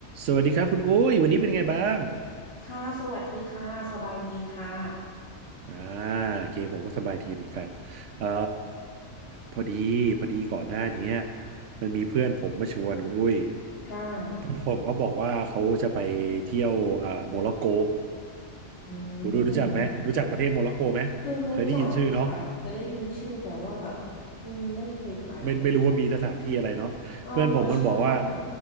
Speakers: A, on the right (about 70°); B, on the left (about 50°).
A: สวัสดีครับคุณอุ้ยวันนี้เป็นไงบ้าง
B: ค่ะสวัสดีค่ะสบายดีค่ะ
A: อ่าโอเคผมก็สบายทีเหมือนกันเอ่อพอดีพอดีก่อนหน้าเนี้ยมันมีเพื่อนผมมาชวนคุณอุ้ย
B: ค่ะ
A: เพื่อนผมก็บอกว่าเขาจะไปเที่ยวอ่าโมร็อกโก
B: อืม
A: คุณอุ้ยรู้จักไหมรู้จักประเทศโมร็อกโกไหมเคยได้ยินชื่อเนาะ
B: คือรู้จักค่ะ เคยได้ยินชื่อแต่ว่าแบบอืมไม่เคยไป
A: ไม่ไม่รู้ว่ามีสถานที่อะไรเนาะเพื่อนผมมันบอกว่า
B: อ๋อใช่ค่ะ